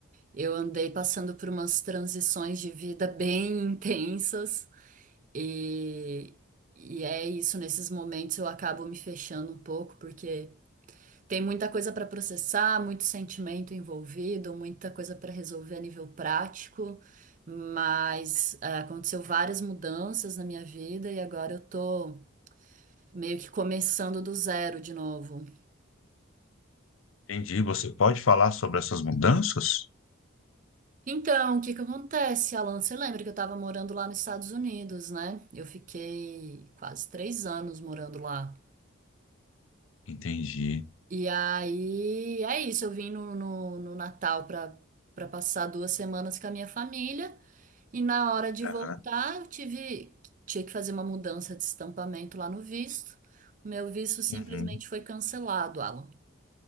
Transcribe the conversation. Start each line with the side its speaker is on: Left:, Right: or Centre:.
Right: eu andei passando por umas transições de vida bem <laughs> intensas e, e é isso, nesses momentos eu acabo me fechando um pouco porque. Tem muita coisa para processar, muito sentimento envolvido, muita coisa para resolver a nível prático, mas é, aconteceu várias mudanças na minha vida e agora eu tô meio que começando do zero de novo.
Left: entendi. Você pode falar sobre essas mudanças?
Right: Então, o que que acontece, Alan? Você lembra que eu tava morando lá nos Estados Unidos, né? Eu fiquei quase três anos morando lá.
Left: Entendi.
Right: E aí, é isso, eu vim no, no, no Natal para para passar duas semanas com a minha família. E na hora de
Left: Aham.
Right: voltar, eu tive, tinha que fazer uma mudança de estampamento lá no visto. O meu visto simplesmente
Left: Uhum.
Right: foi cancelado, Alan.